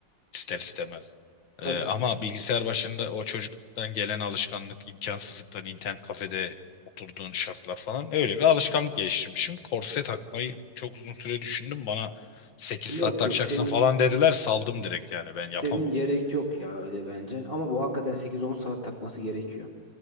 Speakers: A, on the left; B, on the left.
A: ister istemez.
B: Tabii.
A: Ee, ama bilgisayar başında o çocukluktan gelen alışkanlık, imkansızlıktan internet kafede oturduğun şartlar falan öyle bir alışkanlık geliştirmişim. Korse takmayı çok uzun süre düşündüm. Bana 8
B: Yok
A: saat takacaksın
B: yok senin
A: falan dediler. Saldım direkt yani
B: senin
A: ben yapamam.
B: gerek yok ya öyle bence. Ama bu hakikaten 8-10 saat takması gerekiyor.